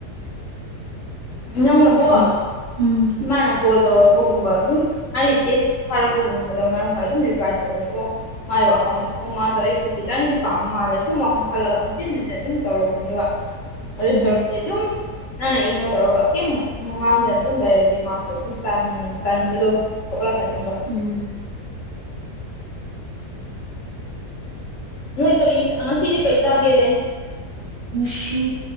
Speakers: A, on the left; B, on the right.
A: ꯅꯪꯅꯀꯣ
B: ꯑꯃ ꯎꯝ
A: ꯃꯥꯅ ꯀꯣꯜ ꯇꯧꯔꯛꯄꯒꯨꯝꯕ ꯑꯗꯨꯝ ꯍꯥꯏꯗꯤ ꯇꯦꯛꯁ ꯊꯥꯔꯛꯄꯒꯨꯝꯕꯗ ꯃꯔꯝ ꯑꯗꯨꯝ ꯔꯤꯄ꯭ꯂꯥꯏ ꯇꯧꯔꯗꯤ ꯑꯣ ꯃꯥꯏ ꯋꯥꯈꯜꯗꯁꯨ ꯑꯣ ꯃꯥꯗꯣ ꯑꯩꯕꯨ ꯆꯤꯠ ꯈꯤꯇꯪꯗꯤ ꯄꯥꯝ ꯃꯥꯜꯂꯦ ꯁꯨꯝ ꯋꯥꯈꯜ ꯈꯜꯂꯒ ꯍꯟꯖꯤꯟ ꯍꯟꯖꯤꯟ ꯑꯗꯨꯝ ꯇꯧꯔꯛꯀꯅꯦꯕ ꯑꯗꯨ
B: ꯎꯝ
A: ꯁꯔꯨꯛꯄꯨꯗꯤ ꯑꯗꯨꯝ ꯅꯪꯅ ꯏꯛꯅꯣꯔ ꯇꯧꯔꯒ ꯀꯩꯝ ꯉꯥꯡꯗꯅ ꯑꯗꯨꯝ ꯂꯩꯔꯗꯤ ꯃꯥꯁꯨ ꯑꯗꯨꯝ ꯇꯟ ꯇꯟꯕꯗꯣ ꯊꯣꯛꯂꯛꯀꯅꯤꯕ
B: ꯎꯝ
A: ꯅꯣꯏ ꯀꯔꯤ ꯑꯥ ꯉꯁꯤꯗꯤ ꯀꯩ ꯆꯥꯒꯦ
B: ꯉꯁꯤ